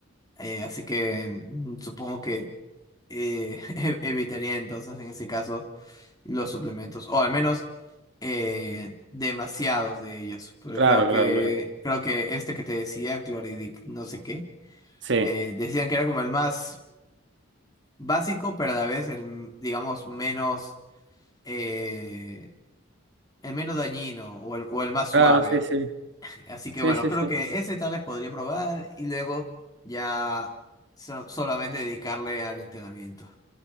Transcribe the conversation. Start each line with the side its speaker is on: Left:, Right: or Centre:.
Left: Eh, así que mm, supongo que eh, <laughs> e- evitaría entonces en ese caso los suplementos, o al menos eh, demasiados de ellos, porque
Right: claro,
Left: creo que,
Right: claro, claro.
Left: creo que este que te decía, chloridic no sé qué,
Right: sí,
Left: eh, decían que era como el más básico, pero a la vez el, digamos, menos, eh, el menos dañino o el, o el más suave.
Right: Claro, sí, sí.
Left: Así que
Right: Sí,
Left: bueno,
Right: sí,
Left: creo
Right: sí.
Left: que ese tal vez podría probar y luego ya so- solamente dedicarle al entrenamiento.